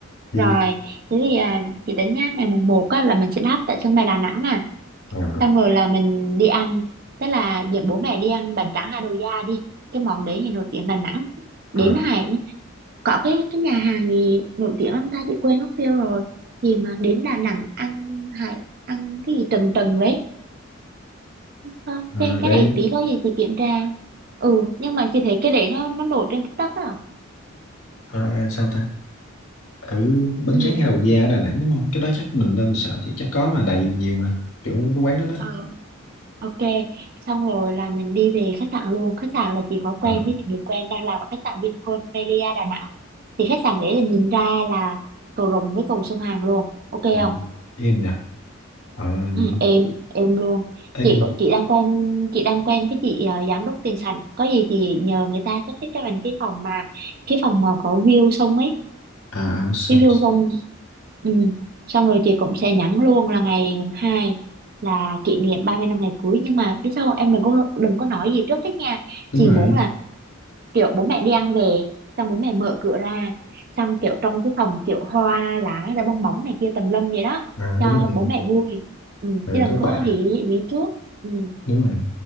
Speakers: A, on the left (about 85°); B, on the right (about 45°).
A: Thì,
B: Rồi, thế thì à, chị tính nhá, ngày mùng một á, là mình sẽ đáp tại sân bay Đà Nẵng nè.
A: à,
B: Xong rồi là mình đi ăn, tức là dẫn bố mẹ đi ăn bánh tráng Hà Đồ Gia đi. Cái món đấy thì nổi tiếng Đà Nẵng. Đến
A: à,
B: Hải, có cái cái nhà hàng gì nổi tiếng lắm ta, chị quên mất tiêu rồi. Gì mà đến Đà Nẵng ăn Hải, ăn cái gì trần trần đấy. Thôi,
A: à,
B: cái, cái
A: để
B: này tí có gì chị kiểm tra. Ừ, nhưng mà chị thấy cái đấy nó nó nổi trên TikTok á.
A: Ờ, sao ta ở bánh
B: Ừ.
A: tráng hay Hậu Gia ở Đà Nẵng đúng không cái đó chắc mình lên sợ thì chắc có mà đầy nhiều mà kiểu cái quán đó đó
B: ờ. Ok, xong rồi là mình đi về khách sạn luôn. Khách sạn là chị có quen
A: Ờ,
B: với chị người quen đang làm ở khách sạn Vinpearl Melia Đà Nẵng. Thì khách sạn đấy là nhìn ra là cầu Rồng với cầu sông Hàn luôn. Ok không?
A: còn em nhỉ ờ
B: Ừ,
A: gì
B: em em luôn.
A: em
B: Chị có- chị đang quen chị đang quen cái chị ờ, giám đốc tiền sảnh. Có gì chị nhờ người ta sắp xếp cho mình cái phòng mà cái phòng mà có view sông ấy
A: à à, sao
B: review xong ừ. xong rồi chị cũng sẽ nhắn luôn là ngày mùng hai là kỷ niệm 30 năm ngày cưới nhưng mà biết sao không? em đừng có đừng có nói gì trước hết nha
A: đúng
B: chị
A: rồi
B: muốn là kiểu bố mẹ đi ăn về xong bố mẹ mở cửa ra xong kiểu trong cái phòng kiểu hoa lá rồi bong bóng này kia tùm lum vậy đó
A: à
B: cho
A: đúng rồi
B: bố mẹ vui ừ.
A: à,
B: chứ đừng
A: có
B: có
A: bà
B: hỉ hỉ trước ừ.
A: đúng rồi